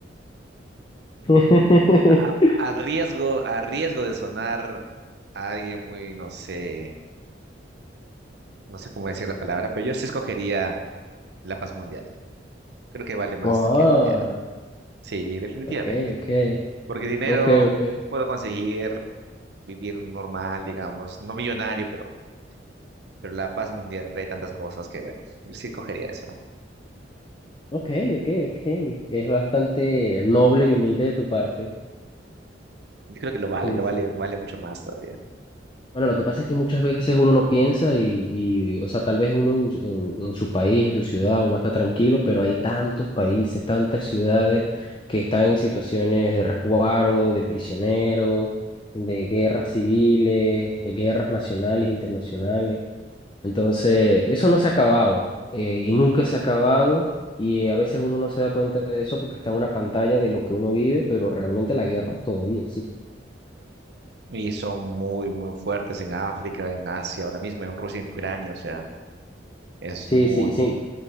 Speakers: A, on the left; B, on the right.
A: <laughs>
B: A, a riesgo, a riesgo de sonar a alguien muy, no sé, no sé cómo decir la palabra, pero yo sí escogería la paz mundial. Creo que vale más
A: Oh,
B: que el dinero. Sí, definitivamente.
A: ok, ok,
B: Porque dinero
A: ok, ok,
B: puedo conseguir vivir normal, digamos, no millonario, pero, pero la paz mundial trae tantas cosas que, bueno, yo sí escogería eso.
A: ok, ok, ok. Es bastante noble y humilde de tu parte.
B: Yo creo que lo vale,
A: Sí,
B: lo
A: sí.
B: vale, vale mucho más todavía.
A: Bueno, lo que pasa es que muchas veces uno no piensa y, y o sea, tal vez uno en, en- en su país, en su ciudad, uno está tranquilo, pero hay tantos países, tantas ciudades que están en situaciones de resguardo, de prisioneros, de guerras civiles, de guerras nacionales, internacionales. Entonces, eso no se ha acabado eh, y nunca se ha acabado y a veces uno no se da cuenta de eso porque está en una pantalla de lo que uno vive, pero realmente la guerra todavía existe.
B: Y son muy, muy fuertes en África, en Asia, ahora mismo en Rusia y en Ucrania. O sea, es
A: Sí,
B: muy...
A: sí, y sin,